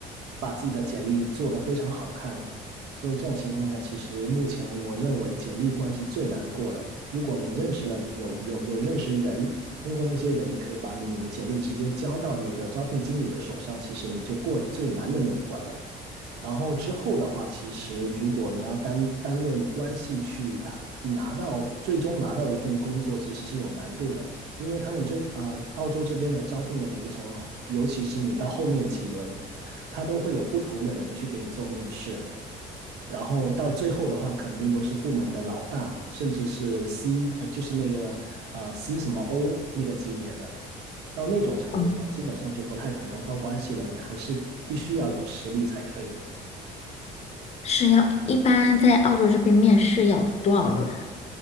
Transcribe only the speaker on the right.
把自己的简历做得非常好看。所以这种情况下，其实目前我认为简历关是最难过的。如果你认识了有有有认识人，通过那些人可以把你的简历直接交到那个招聘经理的手上，其实你就过了最难的那一关了。然后之后的话，其实如果你要单单论关系去打拿到最终拿到一份工作，其实是有难度的，因为他们这啊、呃澳洲这边的招聘的流程，尤其是你到后面几轮，他都会有不同的人去给你做面试，然后到最后的话，肯定都是部门的老大，甚至是 C 呃就是那个呃 C 什么 O 那个级别的。到那种程度上，
基本上就不太可能靠关系了，你还是必须要有实力才可以。